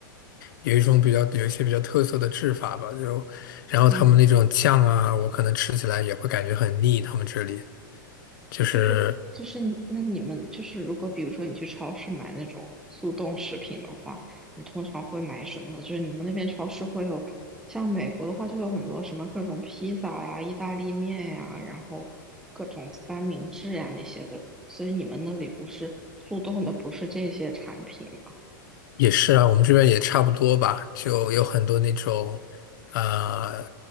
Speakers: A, on the left; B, in the centre.
A: 有一种比较有一些比较特色的制法吧，就然后他们那种酱啊，
B: 嗯，
A: 我可能吃起来也会感觉很腻，他们这里就是。
B: 就是就是你那你们就是如果比如说你去超市买那种速冻食品的话，你通常会买什么呢？就是你们那边超市会有，像美国的话就有很多什么各种披萨呀、意大利面呀，然后各种三明治呀那些的，所以你们那里不是速冻的，不是这些产品吗？
A: 也是啊，我们这边也差不多吧，就有很多那种，呃，